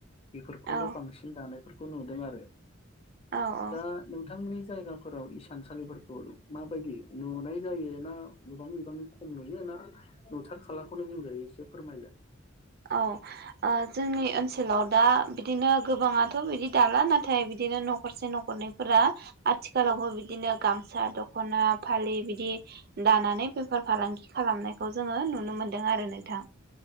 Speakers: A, on the left; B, on the right.
A: बेफोरखौल'
B: औ
A: बांसिन दानायफोरखौ नुदों आरो
B: औ औ
A: दा नोंथांमोननि जायगा फोराव इसानसालिफोरखौ माबायदि नुनाय जायो ना गोबां बिबांनि खम नुयो ना नुथार खालाखौनो बुंजायो एसे फोरमायगोन
B: औ जोंनि ओनसोलाव दा बिदिनो गोबाङाथ' बिदि दाला नाथाय बिदिनो न'खरसे न'खरनैफोरा आथिखालावबो बिदिनो गामसा दख'ना फालि बिदि दानानै बेफार फालांगि खालामनायखौ जोङो नुनो मोनदों आरो नोंथां।